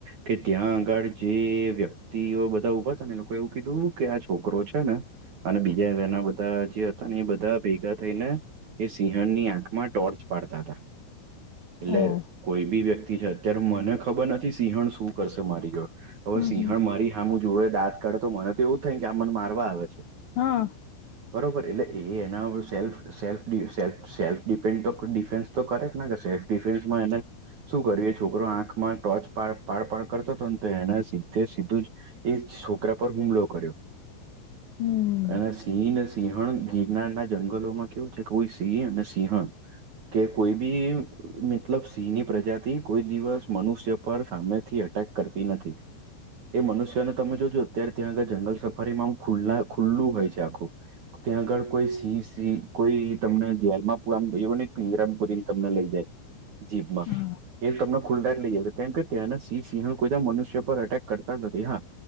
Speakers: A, on the right; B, on the left.
A: કે, ત્યાં આગળ જે વ્યક્તિ ક્તિઓ બધા ઉભા હતા ને એ લોકો એવું કીધું કે આ છોકરો છે ને અને બીજા ઘણા બધા જે એ બધા ભેગા થઈને એ સિંહણની આંખમાં ટોર્ચ પાડતાતા એટલે
B: ઓ
A: કોઈ બી વ્યક્તિ છે, અત્યારે મને ખબર નથી સિંહણ શું કરશે મારી જોડ. હવે
B: હમ
A: સિંહણ
B: હમ
A: મારી હામું જોવે દાંત કાળે તો મને તો એવું થાય કે આ મન મારવા આવે છે.
B: હા.
A: બરોબર. એટલે એ એના વગર સેલ્ફ સેલ્ફ ડી સેલ્ફ સેલ્ફ ડિફેન્ડ તો ડિફેન્સ તો કરે કે ના કરે. સેલ્ફ ડિફેન્સમાં એને શું કર્યું એ છોકરો આંખમાં ટોર્ચ પાડ પાડ કરતો હતો ને તો, એને સીધે સીધું જ એ છોકરા પર હુમલો કર્યો.
B: હમ
A: અને સિંહ ને સિંહણ ગીરનારના જંગલોમાં કેવું છે કે, કોઈ સિંહ અને સિંહણ કે કોઈ બી મતલબ સિંહની પ્રજાતિ કોઈ દિવસ મનુષ્ય પર સામેથી અટેક કરતી નથી. એ મનુષ્યને તમે જોજો અત્યાર, ત્યાં આગળ જંગલ સફારીમાં ખુલ્લા ખુલ્લું હોય છે આખું. ત્યાં આગળ કોઈ સિંહ સિ કોઈ તમને જેલમાં પૂ આમ એવું નહી પિંજરામ પુરીને તમને લઈ જાય જીભમાં.
B: હા
A: એ તમને ખુલ્લા જ લઈ જાય છે કેમ કે ત્યાંના સિંહ સિંહણ કોઈ મનુષ્ય પર અટેક કરતા જ નથી. હા